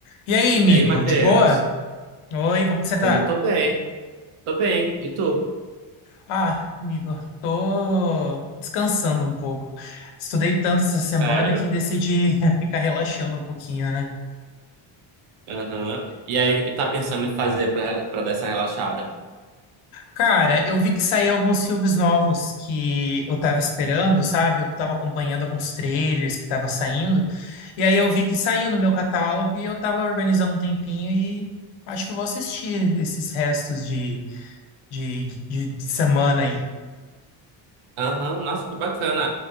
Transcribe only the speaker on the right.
E aí, Matheus?
Tudo tô bem? Tô bem. E tu?
Sério?
Aham. E aí, o que tá pensando em fazer pra, pra dar essa relaxada?
Aham, Nossa, que bacana.